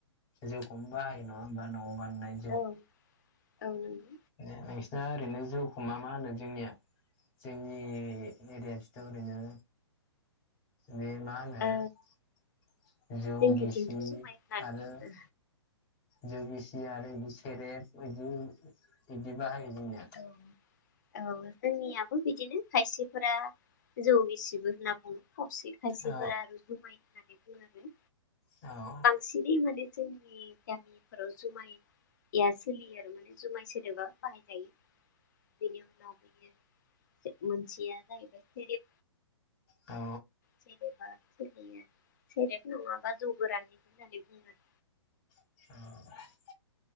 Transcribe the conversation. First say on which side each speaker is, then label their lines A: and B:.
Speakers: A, on the left; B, on the left.
A: जौखौनो बाहायो नङा होनबा न'आव बानायनाय
B: औ औ नंगौ।
A: ए नोंसिना ओरैनो जौखौ मा मा होनो जोंनिया जोंनि एरियाथिथ' ओरैनो बे मा होनो
B: ओ
A: जौ
B: जोंनिथिंथ'
A: गिसि
B: जुमाय होननानै
A: आरो
B: बुङो।
A: जौ गिसि आरो इदि सेरेप बायदि इदि बाहायो जोंनिया
B: अ औ जोंनियाबो बिदिनो खायसेफोरा जौ गिसिबो होनना बुङो खावसे खायसेफोरा
A: औ
B: आरो जुमाय होननानै बुङो आरो
A: औ
B: सिरि माने जोंनि गामिफोराव जुमाय या सोलियो आरो माने जुमाय सोदोबा बाहाय जायो। बेनि अनगा बियो से मोनसेया जाहैबाय सेरेब
A: अ
B: सेरेबा सोलियो सेरेब नङाबा जौ गोरान होननानै बुङो।
A: अ <unintelligible>